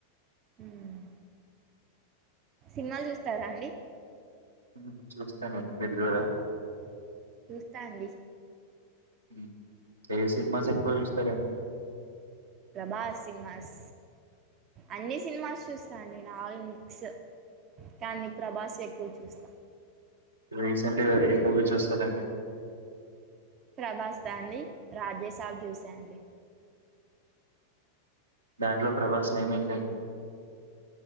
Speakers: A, on the right (about 30°); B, on the right (about 75°).
A: హ్మ్ సినిమాలు చూస్తారా అండి
B: హ్మ్ చూస్తానండి మీరు చూడరా
A: చూస్తా అండి
B: హ్మ్ ఏ సినిమాస్ ఎక్కువ చూస్తారండి?
A: ప్రభాస్ సినిమాస్ అన్ని సినిమాస్ చూస్తాండి నేను ఆల్ మిక్స్ కానీ ప్రభాస్ ఎ ఎక్కవ చూస్తా
B: రీసెంట్ గా ఏం మూవీ చూసారు అండి
A: ప్రభాస్ దా అండి రాజెసాబ్ చూసా అండి
B: దాంట్లో ప్రభాస్ నేమ్ ఏంటి